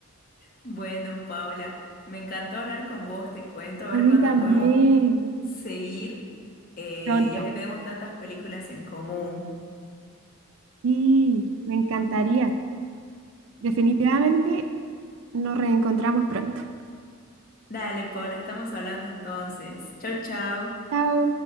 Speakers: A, on the left (about 40°); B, on the right (about 60°).
A: Bueno, Paula, me encantó hablar con vos, te cuento, a ver
B: A mí
A: cuándo
B: también,
A: podemos seguir, eh,
B: pronto.
A: ya que tenemos tantas películas en común.
B: Sí, me encantaría. Definitivamente nos reencontramos pronto.
A: Dale, Paula, estamos hablando entonces. Chau, chau.
B: Chao.